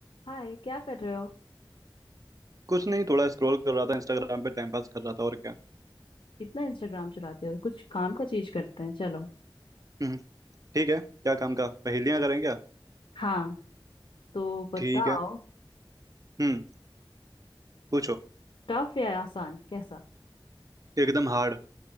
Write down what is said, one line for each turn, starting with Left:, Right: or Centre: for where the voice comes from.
Left: हाय क्या कर रहे हो
Right: कुछ नहीं थोड़ा स्क्रॉल कर रहा था इंस्टाग्राम पे टाइम पास कर रहा था और क्या
Left: इतना इंस्टाग्राम चलाते हो कुछ काम का चीज करते हैं चलो
Right: हम्म ठीक है क्या काम का पहेलियां करें क्या
Left: हाँ तो बताओ
Right: ठीक है हम्म पूछो
Left: टफ या आसान कैसा
Right: एकदम हार्ड